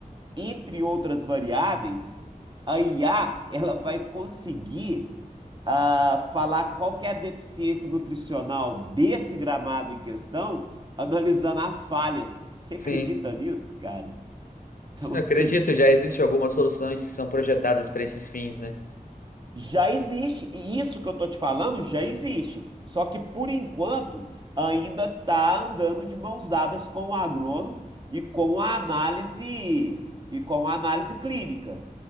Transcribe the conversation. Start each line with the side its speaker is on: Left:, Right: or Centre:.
Right: entre outras variáveis, a IA ela vai conseguir ah, falar qual que é a deficiência nutricional desse gramado em questão, analisando as falhas. Você
Left: sim.
Right: acredita nisso, cara? Então,
Left: Sim, eu
Right: assim,
Left: acredito, já existem algumas soluções que são projetadas para esses fins, né?
Right: Já existe, e isso que eu tô te falando já existe. Só que por enquanto ainda tá andando de mãos dadas com o agrônomo e com a análise e com a análise clínica.